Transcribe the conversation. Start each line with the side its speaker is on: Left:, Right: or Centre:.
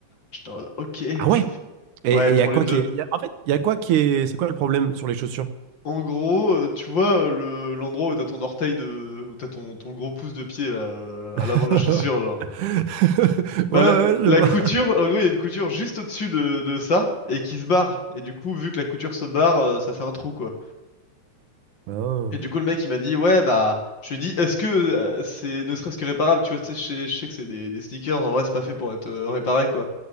Left: J'étais en mode, ok,
Right: ah ouais.
Left: ça fait.
Right: Et
Left: Ouais, pour
Right: il y a quoi
Left: les deux.
Right: qui est... y a- En fait, il y a quoi qui est... C'est quoi le problème sur les chaussures?
Left: En gros, euh, tu vois, euh, le, l'endroit où t'as ton orteil de, où t'as ton, ton gros pouce de pied, là, euh,
Right: <laughs>
Left: à l'avant de la chaussure,
Right: Ouais,
Left: Bah
Right: ouais,
Left: la,
Right: ouais, je
Left: la
Right: vois.
Left: couture, en gros, il y a une couture juste au-dessus de, de ça et qui se barre. Et du coup, vu que la couture se barre, euh, ça fait un trou quoi.
Right: Ah.
Left: Et du coup, le mec il m'a dit ouais bah, je lui ai dit est-ce que euh, c'est ne serait-ce que réparable? Tu vois, tu sais, je sais je sais que c'est des, des sneakers, en vrai c'est pas fait pour être euh, réparé quoi.